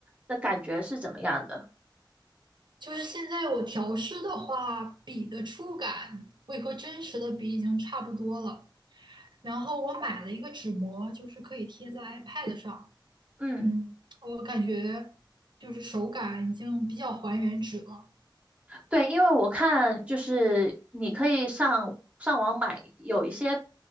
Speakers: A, on the right; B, on the right.
A: 的感觉是怎么样的？
B: 就是现在我调试的话，笔的触感会和真实的笔已经差不多了。然后我买了一个纸膜，就是可以贴在 iPad 上。
A: 嗯。
B: 嗯，我感觉就是手感已经比较还原纸了。
A: 对，因为我看就是你可以上上网买，有一些